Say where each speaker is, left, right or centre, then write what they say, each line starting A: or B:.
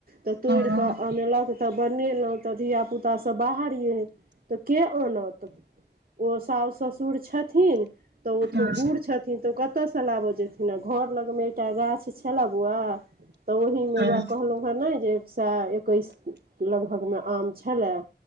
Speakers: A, on the right; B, on the right.
A: तऽ तोड़ि
B: हँ हँ
A: कऽ अनलक तऽ बनेलहुँ तऽ धियापुतासभ बाहर यै तऽ के आनत ओ सास ससुर छथिन तऽ ओ
B: हँ
A: तो बुढ़ छथिन तऽ ओ कतयसँ लाबऽ जेथिन आ घर लगमे एकटा गाछ छलै बौआ तऽ ओहिमे
B: ह
A: ओकरा कहलहु हेँ ने जे एक सए एकैस लगभगमे छलय